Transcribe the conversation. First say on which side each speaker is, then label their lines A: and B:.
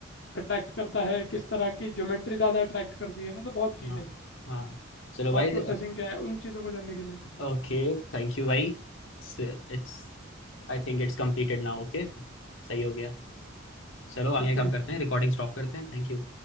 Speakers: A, on the left; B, on the left.
A: अट्रैक्ट करता है किस तरह की ज्योमेट्री ज़्यादा अट्रैक्ट करती है मतलब बहुत चीज़ें
B: हाँ हाँ चलो भाई
A: थॉट प्रोसेसिंग क्या है उन चीज़ों को जानने के लिए
B: ओके थैंक यू भाई It's I think it's completed now okay सही हो गया चलो आगे
A: ओके
B: काम करते हैं रिकॉर्डिंग स्टॉप करते हैं थैंक यू